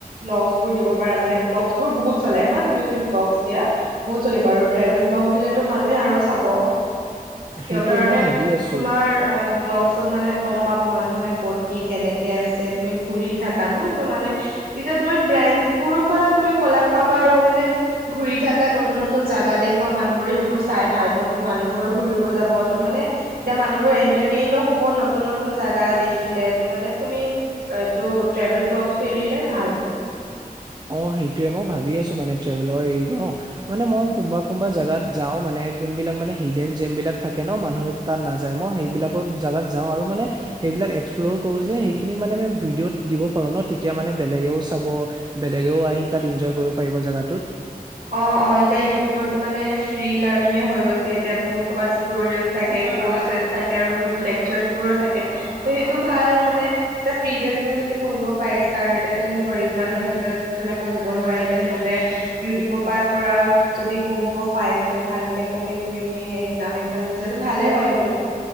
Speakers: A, on the right (about 70°); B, on the right (about 30°).
A: ব্লগছ বোৰ দিব পাৰা মানে ব্লগছ বোৰ বহুত চলে হা তুমি যদি ব্লগচ এতিয়া বহুত চলিব আৰু ট্ৰেভেল ব্লগ দিলো মানুহে আৰু চাব। কিয়
B: সেইটোৱে
A: কাৰণে
B: মই ভাবি আছো
A: তোমাৰ অ', ব্লগছত মানে গম পাব মানুহে ক'ত কি কেনেকে আছে তুমি ঘুৰি থাকা ন' তো মানে তেতিয়া তুমাৰ ব্ৰেণ্ডবোৰৰ পৰা তুমি কলেব পাবা আৰু মানে ঘুৰি থাকা নতুন -নতুন জাগা দেখওুৱা মানুহ বোৰে সেইবোৰ চাই ভাল পাব মানুহ মানুহবোৰো ঘুৰিব যাব ত' মানে এতিয়া মানুহ বোৰ এন্টৰ ট্ৰেইন হ'ব নতুন -নতুন জাগা দেখিলে ত'মানে তুমি এইটো ট্ৰেভেল ব্লগচটো এৰি <unintelligible> ভাল
B: অহ, সেইটোয়ে মই ভাবি আছো মানে ট্ৰেভেলৰ এৰো ন', মানে মই
A: উম
B: কোনবা- কোনবা জেগাত যাও মানে যোনবিলাক মানে হিডেন জেম বিলাক থাকে ন'মানুহে তাত নাযায় মই সেইবিলাকো জাগাত যাওঁ আৰু মানে সেইবিলাক এক্স প্লৰ কৰো যে সেইখিনি মানে আমি ভিডিঅত দিব পাৰো ন'তেতিয়া মান বেলেগেও চাব বেলেগেও আহি তাত ইনজয় কৰিব পাৰিব জেগাতোত।
A: অহ - অহ এতিয়া ইউটোবত ত' মানে এনে ফ্ৰী লাৰ্ণিং হৈ গৈছে এতিয়া বহুত সবা টিউটৰিয়েল থে কৰ্চ থাকে আৰু লেকচাৰ্চ বোৰো থাকে ত সেইটো ভাল মানে। এতিয়া ফ্ৰীতে তুমি যদি পঢ়িব পাৰিছা আৰু এতিয়া যোন গৰীব মানুহঁতে যোনে পঢ়িব নোৱাৰিল হক। ইউটোবৰ পৰা পুৰা যদি পঢ়িব পাইছে ভালকে পঢ়ি শুৰি নি একজাম। জাম দিছে টো ভালে হয় সেইটো।